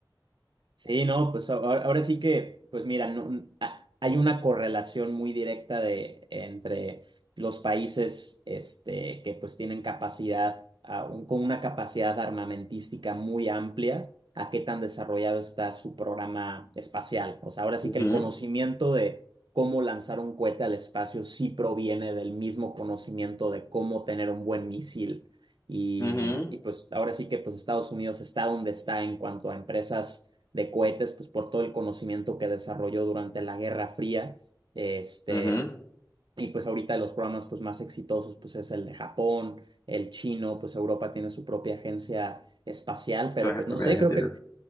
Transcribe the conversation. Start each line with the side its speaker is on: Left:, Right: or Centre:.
Right: Sí, no, pues ahora, ahora sí que, pues mira, no, n- a- hay una correlación muy directa de, entre los países este, que pues tienen capacidad, a un- con una capacidad armamentística muy amplia, a qué tan desarrollado está su programa espacial. O sea, ahora sí
Left: Ujú,
Right: que el conocimiento de cómo lanzar un cohete al espacio sí proviene del mismo conocimiento de cómo tener un buen misil. Y,
Left: ujú,
Right: y pues ahora sí que pues Estados Unidos está donde está en cuanto a empresas de cohetes, pues por todo el conocimiento que desarrolló durante la Guerra Fría, este,
Left: ujú.
Right: y pues ahorita los programas pues más exitosos pues es el de Japón, el chino, pues Europa tiene su propia agencia espacial, pero
Left: Traje
Right: pues
Left: propiedades
Right: no sé, creo
Left: interiores,
Right: que